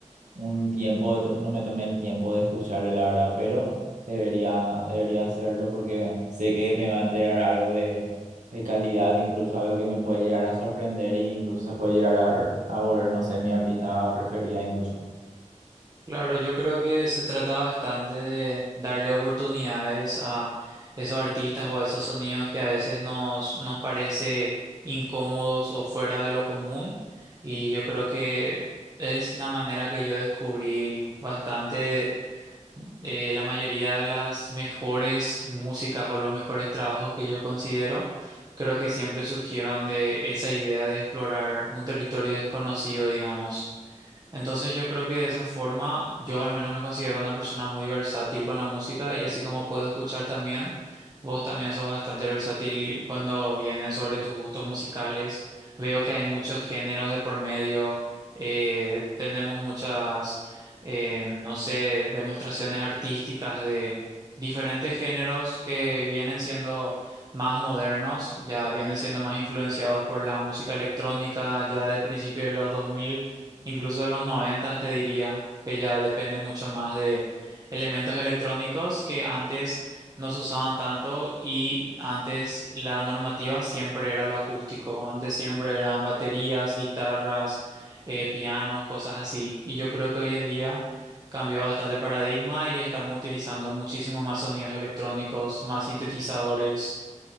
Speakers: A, on the right; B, on the right.
A: un tiempo, de no me tomé el tiempo de escucharle, la verdad, pero debería, debería hacerlo porque sé que me va a entregar algo de, de calidad, incluso algo que me puede llegar a sorprender e incluso se puede llegar a, a volver, no sé, mi artista preferida incluso.
B: Claro, yo creo que se trata bastante de darle oportunidades a esos artistas o a esos sonidos que a veces nos, nos parece incómodos o fuera de lo común. Y yo creo que es la manera que yo descubrí bastante eh, la mayoría de las mejores músicas o los mejores trabajos que yo considero. Creo que siempre surgieron de esa idea de explorar un territorio desconocido, digamos. Entonces yo creo que de esa forma yo al menos me considero una persona muy versátil con la música y así como puedo escuchar también, vos también sos bastante versátil cuando viene sobre tus gustos musicales. Veo que hay muchos géneros de por medio, eh, tenemos muchas, eh, no sé, demostraciones artísticas de diferentes géneros que vienen siendo más modernos, ya vienen siendo más influenciados por la música electrónica ya de principios de los 2000 incluso los noventas te diría que ya depende mucho más de elementos electrónicos que antes no se usaban tanto y antes la normativa siempre era lo acústico, antes siempre eran baterías, guitarras, eh, pianos, cosas así. Y yo creo que hoy en día cambió bastante el paradigma y estamos utilizando muchísimo más sonidos electrónicos, más sintetizadores